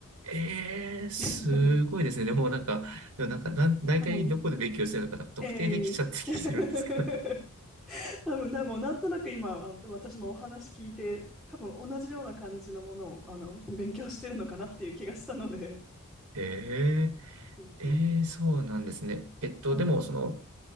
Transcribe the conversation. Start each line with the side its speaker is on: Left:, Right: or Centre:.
Right: えー、すごいですね。
Centre: <laughs>
Right: でもなんか、でもなんか、だ、大体どこで勉強してるのか、
Centre: はい。
Right: なんか特定できちゃってきてるんですけど。
Centre: ええ <laughs> 多分な、もうなんとなく今、あ私もお話聞いて、多分同じような感じのものを、あの、<laughs> 勉強してるのかなっていう気がしたので、
Right: <laughs> え
Centre: ついつい。
Right: ー、えー、そうなんですね。えっと、
Centre: はい。
Right: でも、その、